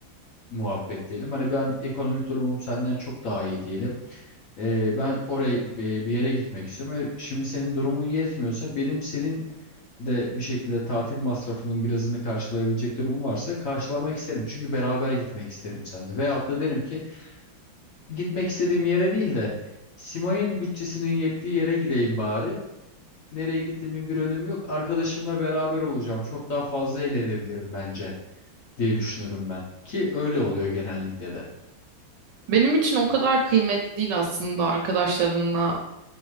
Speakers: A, on the left; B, on the right.
A: muhabbet diyelim. Hani ben ekonomik durumum senden çok daha iyi diyelim. E, ben oraya e, bir yere gitmek istiyorum ve şimdi senin durumun yetmiyorsa benim senin de bir şekilde tatil masrafının birazını karşılayabilecek durumum varsa karşılamak isterim. Çünkü beraber gitmek isterim seninle. Veyahut da derim ki gitmek istediğim yere değil de Simay'ın bütçesinin yettiği yere gideyim bari. Nereye gittiğimin bir önemi yok. Arkadaşımla beraber olacağım. Çok daha fazla eğlenebilirim bence diye düşünürüm ben. Ki öyle oluyor genellikle de.
B: Benim için o kadar kıymetli değil aslında arkadaşlarınla